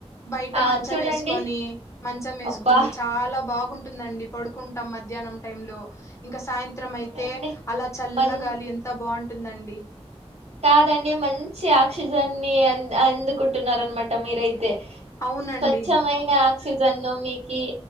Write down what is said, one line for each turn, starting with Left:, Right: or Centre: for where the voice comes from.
Left: బయట
Right: ఆ
Left: మంచం
Right: చూడండి
Left: యేసుకొని మంచం యేసుకొని
Right: అబ్బా
Left: చాలా బాగుంటు టుందండి పడుకుంటాం మ మధ్యాహనం టైమ్ లో ఇంకా సాయంత్రం
Right: చూడండి
Left: అయితే అలా చల్లగాలి
Right: మం
Left: ఎంత బాగుంటు టుందండి
Right: కాదండి మంచి ఆక్సిజన్ ని అందుకుంటున్నారనమాట మీరయితే తే
Left: అవునండి
Right: స్వచ్ఛమైన ఆక్సిజన్ ను మీకీ